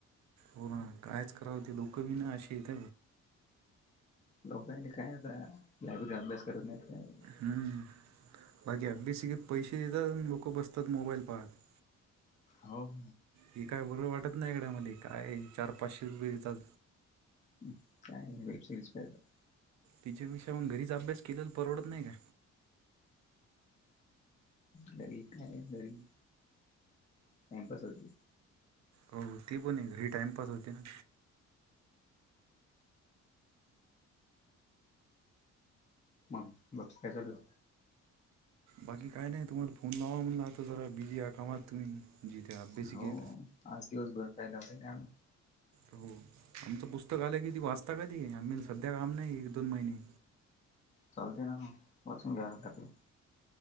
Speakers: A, on the right; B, on the left.
A: हो ना. कायच करावं. ते लोकं बी ना अशी येत.
B: लोक काय आता. लायब्ररीत अभ्यास करत नाहीत. काय नाही.
A: हम्म. बाकी अभ्यासिकेत पैसे देतात. लोक बसतात मोबाईल पाहत.
B: हाव.
A: ही काय बरोबर वाटत नाही गड्या मले. काय चार पाचशे रुपये देतात.
B: ह्. काय वेब सिरीज पायात.
A: तिच्याविषयहुण घरीच अभ्यास केलेला परवडत नाही का?
B: घरी काय घरी. टाइमपासचे.
A: हो ती पण आहे, घरी टाइमपास होती ना.
B: मग, बाकी काय चालू?
A: बाकी काय नाही, तुम्हाला फोन लावा म्हणलात, जरा बिझी हा कामात तुम्ही. जिथे अभ्यासिकेत.
B: हो आज दिवस भर काय लावते <unintelligible>
A: हो. आमचं पुस्तक आलं की, ती वाचता का ते आम्ही सध्या काम नाही एक दोन महिने.
B: चलते ना बसून ग घंटाके <unintelligible>